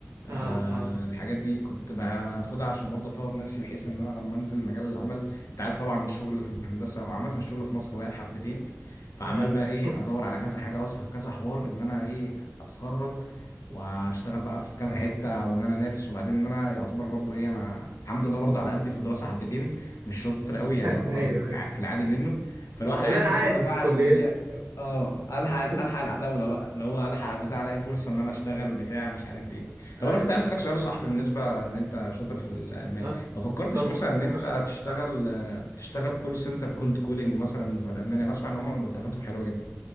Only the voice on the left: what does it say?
آه،
الحاجات دي كنت باخدها عشان برضه اطور نفسي بحيث ان انا لما انزل مجال العمل انت عارف طبعا الشغل في الهندسه وعامه الشغل في مصر واقع حبتين فعمال
بقى ايه
ادور على كذا حاجه واسعى في كذا حوار ان انا ايه اتخرج واشتغل بقى في كذا حته وان انا انافس وبعدين ان انا يعتبر برضه ايه انا الحمد لله برضه على قدي في الدراسه حبتين مش شاطر قوي يعني
يعتبر في
الع- في العادي منه فالواحد
عايز
يتخرج بقى
عشان ايه اه الحق
الحق العتاوله بقى اللي هو الحق بتاع الاقي فرصه ان انا اشتغل بتاع مش عارف ايه
طب انا كنت عايز اسالك سؤال يا صاحبي بالنسبه ان انت شاطر في الالماني
ما فكرتش
مثلا
ان
انت
تشتغل تشتغل كول سنتر كولد كولينج مثلا بتوع الالماني انا اسمع ان هم مرتباتهم حلوه جدا